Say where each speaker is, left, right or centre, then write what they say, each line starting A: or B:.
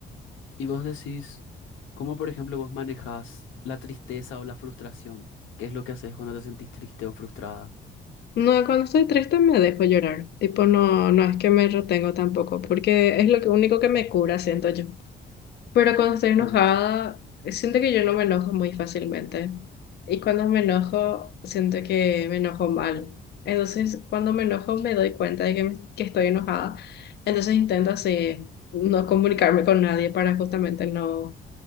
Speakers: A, on the left; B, on the left.
A: Y vos decís, ¿cómo por ejemplo vos manejás la tristeza o la frustración? ¿Qué es lo que haces cuando te sentís triste o frustrada?
B: No, cuando estoy triste me dejo llorar, tipo no,
A: Ujú,
B: no es que me retengo tampoco, porque es lo que, único que me cura, siento yo. Pero cuando estoy
A: Claro,
B: enojada, siento que yo no me enojo muy fácilmente. Y cuando me enojo, siento que me enojo mal. Entonces, cuando
A: ujú,
B: me enojo, me doy cuenta de que, me- que estoy enojada. Entonces, intento así, no comunicarme con nadie para justamente no,